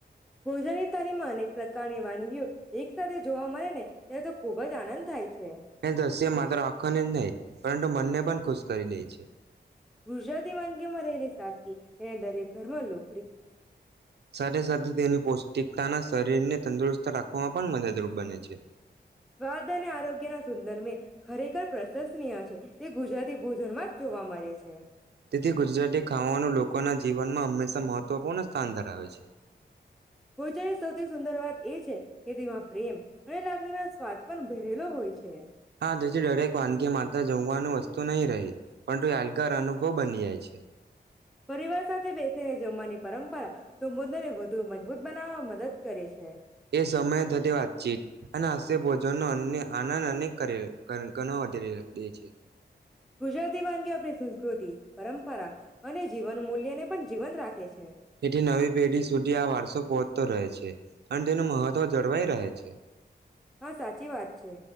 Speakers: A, in the centre; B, on the right.
A: ભોજન ની થાળીમાં અનેક પ્રકારની વાનગીઓ એક સાથે જોવા મળે ને ત્યારે તો ખૂબ જ આનંદ થાય છે.
B: એ દ્રશ્ય માત્ર આંખોને જ નહીં પરંતુ મનને પણ ખુશ કરી લે છે.
A: ગુજરાતી વાનગીઓ માં રહેલી સાદગી તેને દરેક ઘરવાલો
B: સાથે સાથે તેની પૌષ્ટિકતાના શરીરને તંદુરસ્ત રાખવામાં પણ મદદરૂપ બને છે.
A: સ્વાદ અને આરોગ્ય ના સુંદર મેળ ખરેખર પ્રશંસનીય છે. તે ગુજરાતી ભોજનમાં જ જોવા મળે છે.
B: તેથી ગુજરાતી ખાવાનું લોકો ના જીવ જીવનમાં હંમેશા મહત્વપૂર્ણ સ્થાન ધરાવે છે.
A: ભોજનની સૌથી સુંદર વાત એ છે કે તેમાં પ્રેમ અને લાગણીના સ્વાદ પણ ભરેલો હોય છે.
B: હા તેથી દરેક વાનગી માત્ર જમવાનું વસ તો નહી રહી. પણ તું યાદગાર અ બની જાય છે.
A: પરિવાર સાથે બેસીને જમવાની પરંપરા તો વધારે વધુ મજબૂત બનાવવાવામાં મદદ કરે છે
B: એ સમયે થતી વાતચીત અને હાસ્ય ભોજનનો અન્ય આનંદ અનેક કર્યો ગ ગણો વધી રહ્યો રહે છે.
A: ગુજરાતી વાનગી આપણી સંસ્કૃતિ પરંપરા અને જીવન મૂલ્ય ને પણ જીવંત રાખે છે.
B: તેથી નવી પેઢી સુધી આ વારસો પહોંચતો રહે છે અને તેનું મહત્વ જળવાઈ રહે છે.
A: હા સાચી વાત છે.